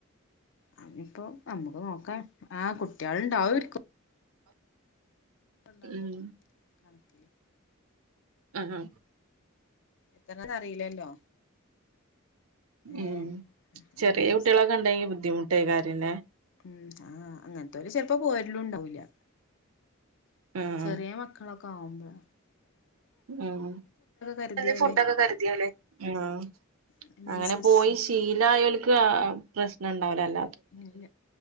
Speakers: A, on the left; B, on the right.
A: അത് ഇപ്പൊ നമുക്ക് നോക്കാം, ആ കു കുട്ടികൾ ഉണ്ടാവുമായിരിക്കും. ഉണ്ടാവുമല്ലോ
B: ഉം
A: കണക്കില്
B: ആഹ് ആഹ്
A: എത്രന്ന് അറിയില്ലല്ലോ. ഏ
B: ഉം ചെറിയ
A: അയിന്
B: കുട്ടികളൊക്കെ ഉണ്ടെങ്കിൽ ബു ബുദ്ധിമുട്ട് കാര്യം തന്നെ
A: ഉം ആഹ് അങ്ങൻത്തോര് ചെൽപ്പോ പോര്ലും ഉണ്ടാവുല്ല
B: ഉം
A: ചെറിയ മക്കളൊക് ക്കെ ആകുമ്പഴാ
B: ഉം
A: കരുതിയാല്
B: എന്തെ ഫുഡൊക്കെ കരുതിയല്ലേ ഉം ആ
A: അതിനനുസരിച്ച്
B: അങ്ങനെ പോയി ശീലായോൽക്ക് ആ പ്രശ്നംണ്ടാവ് ലൽ -
A: ഉം ല